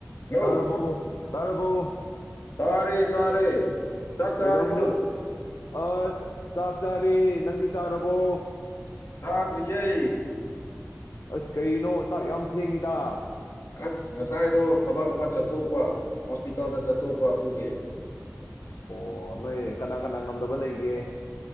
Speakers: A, on the left; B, on the left.
A: hello
B: ꯇꯔꯕ‌ꯣ ꯇꯔꯕ‌ꯣ
A: ꯇꯥꯔꯦ ꯇꯥꯔꯦ ꯆꯥꯛ ꯆꯥꯔꯕꯣ
B: ꯀꯩꯗꯧꯅꯣ ꯑꯁ ꯆꯥꯛ ꯆꯥꯔꯤ ꯅꯪꯗꯤ ꯁꯥꯔꯕꯣ
A: ꯁꯥꯗ꯭ꯔꯤꯌ‌ꯦ
B: ꯑꯁ ꯀꯩꯅꯣ ꯆꯥꯛ ꯌꯥꯝ ꯊꯦꯡꯉꯤꯗ
A: ꯑꯁ ꯉꯁꯥꯏꯗꯣ ꯊꯕꯛ ꯑꯃ ꯆꯠꯊꯣꯛꯄ ꯍꯣꯁꯄꯤꯇꯥꯜꯗ ꯆꯠꯊꯣꯛꯄ ꯑꯗꯨꯒꯤ
B: ꯑꯣ ꯅꯣꯏ ꯀꯅꯥ ꯀꯅꯥ ꯉꯝꯗꯕ ꯂꯩꯒꯦ